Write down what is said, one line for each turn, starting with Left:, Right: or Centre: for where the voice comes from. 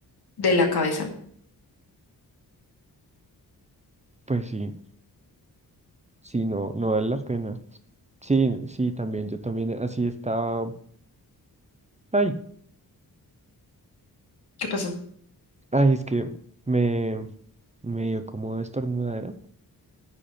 Left: de la cabeza.
Right: Pues sí. Sí, no, no vale la pena. Sí, sí, también, yo también así estaba. Ay,
Left: ¿Qué pasó?
Right: ay, es que me, me dio como estornudadera.